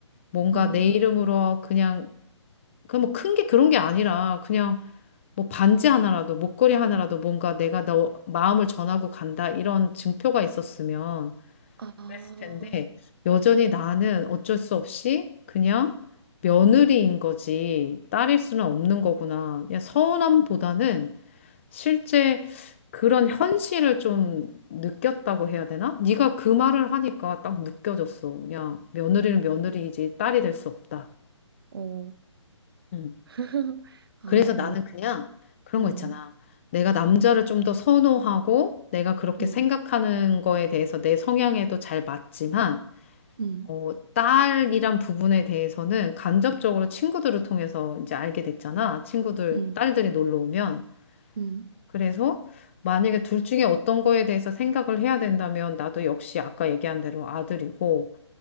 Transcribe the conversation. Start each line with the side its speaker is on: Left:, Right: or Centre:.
Left: 뭔가
Right: 음,
Left: 내 이름으로 그냥 그 뭐 큰 게 그런 게 아니라 그냥 뭐 반지 하나라도 목걸이 하나라도 뭔가 내가 너 마음을 전하고 간다 이런 증표가 있었으면
Right: 아,
Left: 그랬을 텐데 여전히 나는 어쩔 수 없이 그냥 며느리인 거지 딸일 수는 없는 거구나. 그냥 서운함보다는
Right: 음,
Left: 실제 그런 현실을 좀 느꼈다고 해야 되나? 네가 그 말을 하니까 딱 느껴졌어. 그냥 며느리는
Right: 음.
Left: 며느리이지 딸이 될 수 없다.
Right: 어,
Left: 음.
Right: <laughs> 아,
Left: 그래서
Right: 언니,
Left: 나는
Right: 그-
Left: 그냥 그런
Right: 음,
Left: 거 있잖아. 내가 남자를 좀 더 선호하고 내가 그렇게
Right: 음,
Left: 생각하는 거에 대해서 내 성향에도 잘 맞지만
Right: 음,
Left: 어, 딸이란 부분에 대해서는 간접적으로 친구들을 통해서 이제 알게 됐잖아. 친구들,
Right: 음,
Left: 딸들이 놀러 오면.
Right: 음.
Left: 그래서 만약에 둘 중에 어떤 거에 대해서 생각을 해야 된다면 나도 역시 아까 얘기한 대로 아들이고